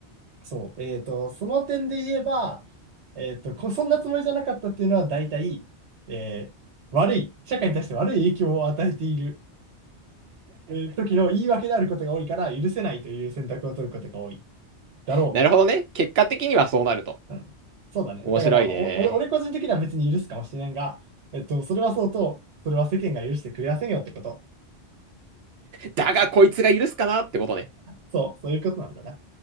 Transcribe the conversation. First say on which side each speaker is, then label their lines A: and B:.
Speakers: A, on the right (about 85°); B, on the right (about 65°).
A: そう、えっと、その点で言えば、えっと、こ、そんなつもりじゃなかったっていうのは大体、えー悪い、社会に対して悪い影響を与えている、えー時の言い訳であることが多いから許せないという選択を取ることが多いだろ
B: なるほどね。結果的にはそうなると。
A: う。うん、そうだね。
B: 面白いね。
A: だから、お、俺、俺個人的には別に許すかもしれんが、えっと、それはそうと、それは世間が許してくれやせんよってこと。
B: だが、こいつが許すかなってことね。
A: そう、そういうことなんだな。